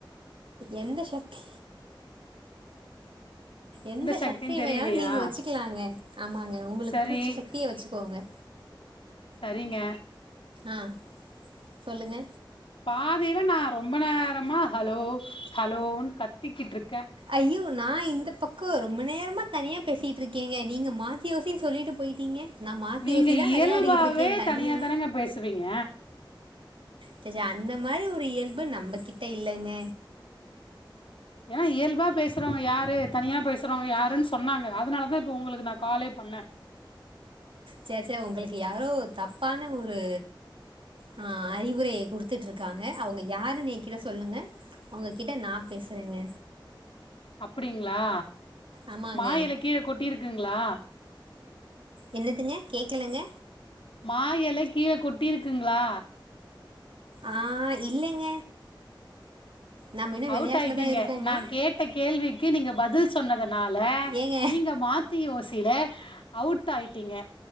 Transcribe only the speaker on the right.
எந்த சக்தி எந்த
சக்தி
வேணாலு நீங்க வச்சுக்கலாங்க ஆமாங்க உங்களுக்கு
புடிச்ச சக்திய வச்சுக்கோங்க
ஆஹ் சொல்லுங்க
ஐயோ நான் இந்த பக்கம் ரொம்ப நேரமா தனியா பேசிட்டு இருக்கேங்க நீங்க மாத்தியோசினு சொல்லிட்டு போயிட்டீங்க நா மாத்தி
ஓசி தா
வெளையாடிக்கிட்ருக்கே தனியா
ச்சே அந்த மாரி ஒரு இயல்பு நம்ம கிட்ட இல்லங்க
சேச்சே உங்களுக்கு யாரோ தப்பான ஒரு ஆ அறிவுரை குடுத்துட்டு இருக்காங்க அவங்க யாருனு என்கிட்ட சொல்லுங்க அவங்க கிட்ட நான் பேசுறேங்க
ஆமாங்க
என்னதுங்க கேக்கலங்க
ஆஹ் இல்லைங்க நம்ம இன்னு
வெளையாட்ல
தா இருக்கோமா
ஏங்க